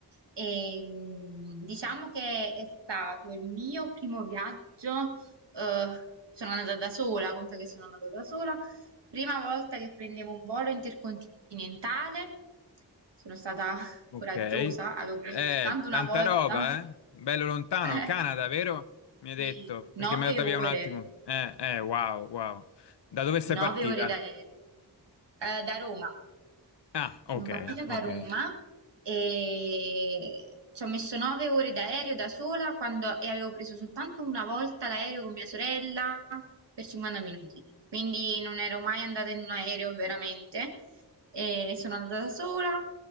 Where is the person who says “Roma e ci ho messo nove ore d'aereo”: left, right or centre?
Right